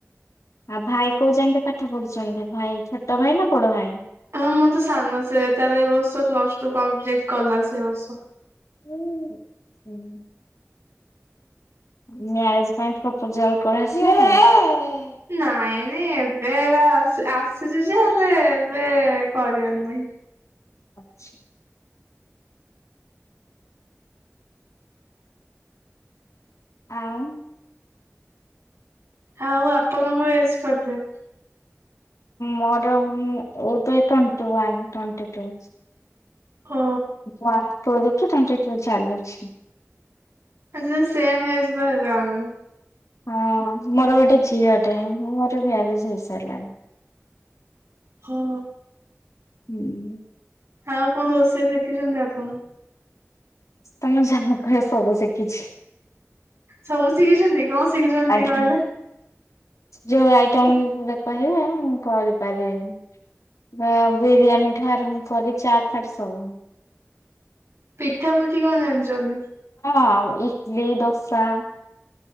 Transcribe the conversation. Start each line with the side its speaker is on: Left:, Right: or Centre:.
Left: ଆଉ ଭାଇ କୋଉଜାଙ୍କେ ପାଠ ପଢିଛନ୍ତି ଭାଇ? ଛୋଟ ଭାଇ ନା ବଡ ଭାଇ?
Right: ହଁ ମୁଁ ତ ସାନ ସେ ତାର ଏ ବର୍ଷ ପ୍ଲସ ଟୁ କମ୍ପ୍ଲିଟ କଲା ସେ ଏ ବର୍ଷ।
Left: <inaudible> ମ୍ୟାରେଜ ପାଇଁ ପ୍ରପୋଜାଲ ପଳେଇଆସିଲାଣି?
Right: ନାଇଁ ନାଇଁ ଏବେ ଏରା ଆସିଛି ଯେ ହେଲେ ଏବେ କରିବାର ନାଇଁ।
Left: ଆଛା। ଆଉ
Right: ଆଉ ଆପଣଙ୍କ ଏଜ କେତେ?
Left: ମୋର ଏବେ ଟୋଣ୍ଟି ୱାନ ଟୋଣ୍ଟି ଟୁ।
Right: ଓ
Left: ୱାନ୍ ପୁରିକି ଟ୍ବେଣ୍ଟି ଟୁ ଚାଲିଛି।
Right: ଆଛା ସେମ ଏଜର ହେବା ଆମେ।
Left: ହଁ ମୋର ଗୋଟେ ଝିଅଟେ ମୋର ମ୍ୟାରେଜ୍ ହେଇସାରିଲାଣି।
Right: ହଁ।
Left: ହୁଁ।
Right: ଆଉ କଣ ରୋଷେଇ ଶିଖିଛନ୍ତି ଆପଣ?
Left: ତମେ ଜାହା କହିବ ସବୁ ଶିଖିଛି।
Right: ସବୁ ଶିଖିଛନ୍ତି କଣ ଶିଖିଛନ୍ତି
Left: ଆଜ୍ଞା।
Right: ଦେଖି କହିଲେ?
Left: ଯୋଉ ଆଇଟମ କହିବେ, ମୁ କରିପାରିବି। ଆ ବିରିୟାନୀଠୁ ଆରମ୍ଭ କରି ଚାଟ୍ ଫାଟ ସବୁ।
Right: ପିଠା ପୁଠୀ କଣ ଜାଣିଛନ୍ତି?
Left: ହଁ ଇଟଲି, ଦୋସା।